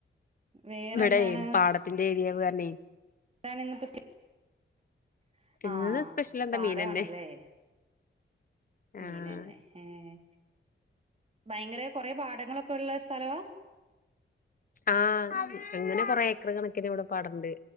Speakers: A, on the right; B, on the left.
A: വേറെന്താണ്
B: ഇവിടെ പാടത്തിന്റെ ഏരിയാന്ന് പർ ണേ
A: അതാണ് ഇന്ന് ഇപ്പൊ സി -
B: ഇന്ന്
A: ആഹ്
B: സ്പെഷ്യൽ എന്താ
A: പാടമാണല്ലേ
B: മീനന്നെ
A: മീന്
B: ആഹ്
A: തന്നെ ഏഹ് ഭയങ്കര കൊറേ പാടങ്ങളൊക്കെയുള്ള സ്ഥലവാ
B: ആഹ് അങ്ങനെ കൊറെ ഏക്കറ് കണക്കിന് ഇവിടെ പാടണ്ട്